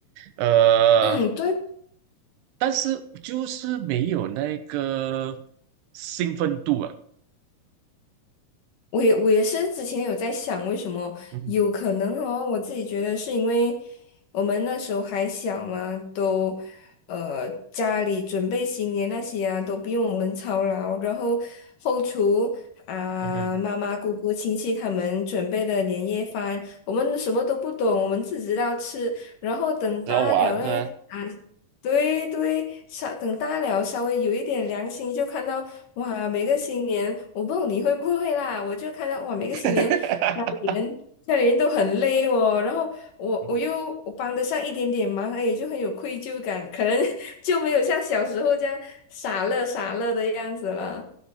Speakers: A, on the right; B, on the left.
A: 呃。
B: 嗯，对，
A: 但是就是没有那个兴奋度啊。
B: 我也我也是之前有在想，为什么有可能哦？
A: 嗯哼
B: 我自己觉得是因为我们那时候还小嘛，都呃家里准备新年那些啊，都不用我们操劳，然后后厨啊、
A: 嗯哼，
B: 妈妈、姑姑、亲戚他们准备的年夜饭，我们什么都不懂，我们只知道吃，然后等大了嘞。
A: 只要玩对吧？
B: 啊对对，稍等大了，稍微有一点良心，就看到哇，每个新年，我不知道你会不会啦，我就看到哇，每个新年家里人家里人都很累哦，
A: <laughs>
B: 然后我我又我帮得上一点点忙，
A: 嗯哼
B: 哎，就很有愧疚感，可能 <laughs> 就没有像小时候这样傻乐傻乐的样子了。